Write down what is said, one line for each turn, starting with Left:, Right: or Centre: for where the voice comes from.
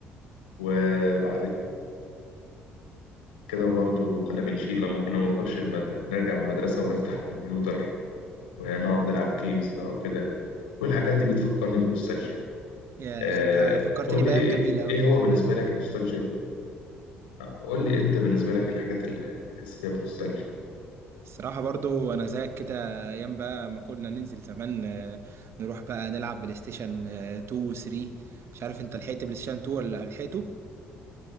Left: وبعد كده برضو كنا بنشيل لما كنا بنخش المد... نرجع من المدرسة ونفتح الكمبيوتر ونقعد نلعب جيمز بقى وكده كل الحاجات دي بتفكرني بنوستالجيا
Right: يا
Left: آه...
Right: اخي انت فكرتني
Left: قول
Right: بايام
Left: لي ايه
Right: جميله قوي
Left: ايه هو
Right: صدقني
Left: بالنسبة لك النوستالجيا آه، قول لي انت بالنسبة لك الحاجات اللي بتحس فيها بنوستالجيا
Right: الصراحه برضو انا زيك كده ايام بقى ما كنا ننزل زمان آه، نروح بقى نلعب بلاي ستيشن آه، 2 و 3 مش عارف انت لحقت بلاي ستيشن 2 ولا لحقته